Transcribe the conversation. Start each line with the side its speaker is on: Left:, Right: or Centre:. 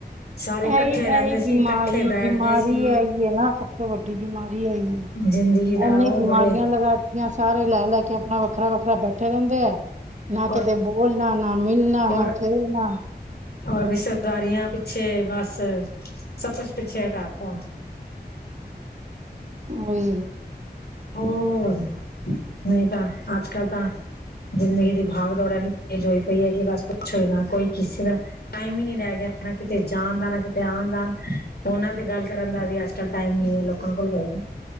Left: ਸਾਰੇ ਇਕੱਠੇ
Right: ਐਹੀ-ਐਹੀ
Left: ਰਹਿੰਦੇ ਸੀ
Right: ਬਿਮਾਰੀ-ਬਿਮਾਰੀ
Left: ਇਕੱਠੇ ਬੈਠਦੇ ਸੀ
Right: ਇਹੀ ਹੈ, ਨਾ ਸਭ ਤੋਂ ਵੱਡੀ ਬਿਮਾਰੀ ਇਹੀ ਹੈ।
Left: ਜ਼ਿੰਦਗੀ ਦਾ
Right: ਇਨੇ
Left: ਉਹ
Right: ਹੀ ਬਿਮਾਰੀਆਂ
Left: ਬੜੇ
Right: ਲਗਾਤੀਆਂ, ਸਾਰੇ ਲੈ ਲੈ ਕੇ ਆਪਣਾ ਵੱਖਰਾ-ਵੱਖਰਾ ਬੈਠੇ ਰਹਿੰਦੇ ਆ। ਨਾ
Left: ਔਰ
Right: ਕਿਤੇ ਬੋਲਣਾ ਨਾ ਮਿਲਣਾ
Left: ਔਰ
Right: ਨਾ ਖੇਲਣਾ।
Left: ਔਰ ਰਿਸ਼ਤੇਦਾਰੀਆਂ ਪਿੱਛੇ ਬਸ ਸਭ ਕੁਛ ਪਿੱਛੇ ਹਟਾਤਾ।
Right: ਉਹੀ।
Left: ਹੋਰ। ਨਹੀਂ ਤਾਂ ਅੱਜ-ਕੱਲ ਤਾਂ ਜ਼ਿੰਦਗੀ ਦੀ ਭਾਗ ਦੌੜਾ ਏਨੀ ਤੇਜ ਹੋਈ ਪਈ ਹੈ ਕਿ ਬਸ। ਪੁੱਛੋ ਨਾ ਕੋਈ ਕਿਸੇ ਦਾ ਟਾਈਮ ਹੀ ਨੀ ਰਹਿ ਗਿਆ, ਨਾ ਕਿਤੇ ਜਾਣ ਦਾ ਨਾ ਕਿਤੇ ਆਉਣ ਦਾ ਨਾ। ਫੋਨਾਂ ਤੇ ਗੱਲ ਕਰਨ ਦਾ ਵੀ ਅੱਜ-ਕੱਲ ਟਾਈਮ ਨੀ ਹੈ ਲੋਕਾਂ ਕੋਲ ਬਈ।